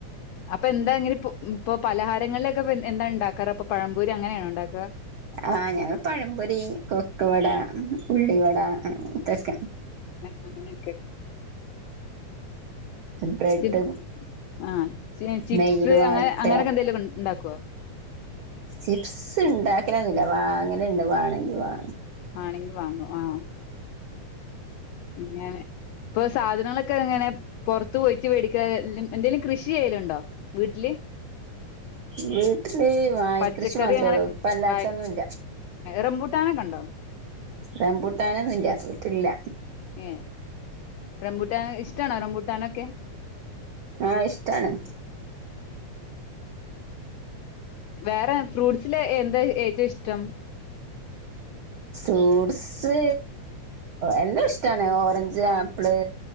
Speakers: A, on the left (about 85°); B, on the right (about 70°).
A: അപ്പൊ എന്താ ഇങ്ങനെ ഇ ഇപ്പൊ പലഹാരങ്ങളിലൊക്കെ എന്താ ഉണ്ടാക്കാറ ഇപ്പൊ പഴംപൊരി അങ്ങനെയാണോണ്ടാക്ക
B: ആ ഞങ്ങൾ പഴപൊരി കൊക്കവട ഉള്ളിവട തൊക്കെ
A: ക്കെ
B: ബ്രെഡ്
A: ചിപ്പ് ആ ചിപ്സ്
B: നെയ്യിൽ വാട്ട
A: അങ്ങ അങ്ങനൊക്കെ എന്തെലോക്കെണ്ടാക്കോ
B: ചിപ്സ് ണ്ടാക്കലൊന്നുല്ല വാങ്ങല്ണ്ട് വാണങ്കി വാ
A: വാണെങ്കി വാങ്ങു ആ ങ്ങനെ ഇപ്പൊ സാധനങ്ങളൊക്കെ എങ്ങനെ പൊറത്ത് പോയിട്ട് വേടിക്ക എന്തേ ലും കൃഷി ചെയ്യലുണ്ടോ വീട്ടില്
B: വീട്ടില് വായ
A: പച്ചക്കറി
B: കൃഷി മാത്രേ
A: അങ്ങനൊക്കെ
B: ഉള്ളൂ പ്പ അല്ലാത്തൊന്നുംല്ല
A: വായ റംബൂട്ടാനൊക്കെ ഉണ്ടോ
B: റംപുട്ടാൻ ഒന്നുല്ല വീട്ടിലില്ല
A: ഏഹ് റംബൂട്ടാ ഇഷ്ടണോ റംബൂട്ടനൊ ക്കെ
B: ആ ഇഷ്ടാണ്
A: വേറെ ഫ്രൂട്ടസില് എന്താ ഏറ്റവും ഇഷ്ടം
B: ഫ്രൂട്സ് എല്ലാം ഇഷ്ടാണ് ഓറഞ്ച് ആപ്പിള്